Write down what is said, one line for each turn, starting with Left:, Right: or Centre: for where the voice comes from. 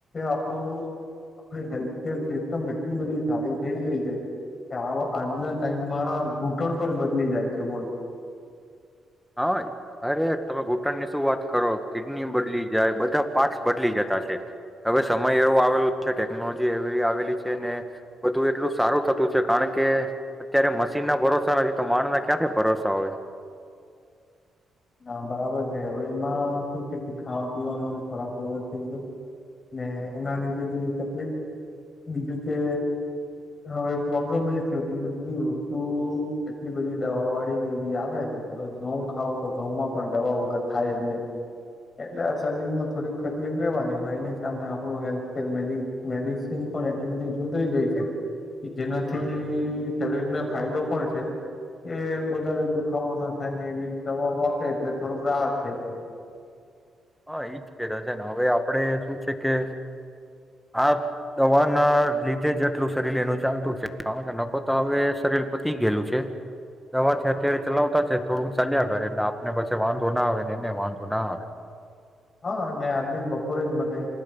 Left: આપણું. આપડી હેલ્થકેર સિસ્ટમ એટલી બધી સારી થઈ ગઈ છે કે આ આજના ટાઈમમાં ઘૂંટણ પણ બદલી જાય છે બોલ.
Centre: હા અરે તમે ઘૂટણ ની. શુ વાત કરો કિડની બદલી જાય બધા પાર્ટસ બદલી જતા છે હવે સમય એવો આવેલો છે ટેકનોલોજી. આવેલી છે ને બધું એટલું સારું થતું છે કારણ કે અત્યારે મશીન ના ભરોસા નથી તો માણ ના. ક્યાંથી ભરોસા હોય.
Left: હા બરાબર છે હવે એમાં શું છે કે ખાવા પીવાનો ખોરાક એવો થઈ ગયો ને એના લીધે બી તકલીફ બીજું કે હવે પ્રોબ્લેમ એ થયો કે બધી વસ્તુ એટલી બધી દવા વાળી ને એવી આવે છે હવે નવું ખાવ. તો ઘઉંમાં પણ દવા વગર થાય જ નહીં એટલે આ શરીરમાં થોડીક તકલીફ રહેવાની પણ એની સામે આપણું હેલ્થકેર મેડ મેડિસિન પણ એટલી બધી સુધરી ગઈ છે કે જેનાથી શરીરને ફાયદો પણ છે એ વધારે દુખાવો ન થાય ને એવી.. દવા આપે એટલે થોડુંક રાહત થઈ જાય.
Centre: હા એ જ કર છે ને હવે આપણેે શું છે કે આ દવા ના લીધે જ આટલું શરીર એનું ચાલતું છે કારણ કે નકો તો હવે શરીર પતી ગયેલું છે દવાથી અત્યારે ચલાવતા છે થોડુંક ચાલ્યા કરે એટલે આપને પછી વાંધો ના આવે ને એને વાંધો ના આવે.
Left: હા અને આજે બપોરે જ મને